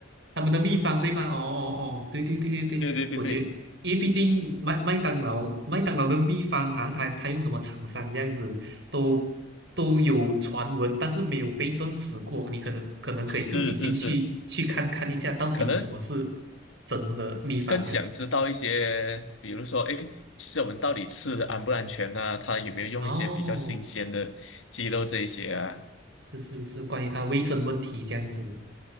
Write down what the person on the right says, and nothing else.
他们的秘方对吗？哦哦哦，对对对对对，
我觉得，因为毕竟麦麦当劳麦当劳的秘方，好像他他用什么厂商这样子，都都有传闻，
但是没有被证实过。你可能可能可以自己进去去看看一下，
到底什么是
真的秘方这样子。
哦，是是是，关于它卫生问题这样子。